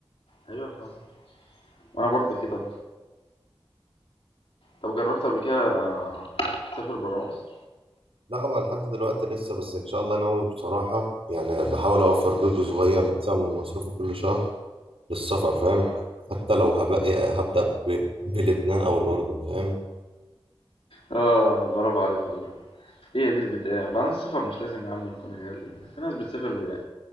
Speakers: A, on the left; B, on the right.
A: ايوه فاهم وانا برضه كده طب جربت قبل كده آه، تسافر برا مصر
B: لا هو لحد دلوقتي لسه بس إن شاء الله ناوي بصراحة يعني بحاول أوفر جزء صغير مثلا من مصروفي كل شهر للسفر فاهم حتى لو هبقى هبدأ ب- بلبنان أو الأردن فاهم
A: اه برافو عليك والله هي دي البداية وبعدين السفر مش لازم يا عم يكون غالي يعني في ناس بتسافر ب-